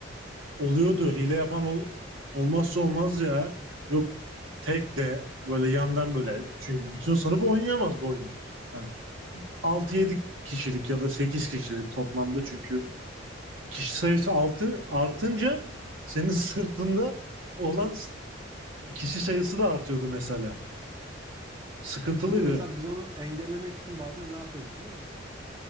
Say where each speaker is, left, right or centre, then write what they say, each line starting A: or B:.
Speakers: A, on the right; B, on the right.
A: Oluyordu. Hile yapan ol- olmazsa olmaz ya. Yok tek de böyle yandan böyle. Çünkü bütün sınıf oynayamaz bu oyunu. Yani 6-7 kişilik ya da 8 kişilik toplamda çünkü kişi sayısı altın, artınca senin <laughs> sırtında olan s- kişi sayısı da artıyordu mesela. Sıkıntılıydı.
B: Ama mesela biz onu engellemek için bazen ne yapıyorduk biliyor musun?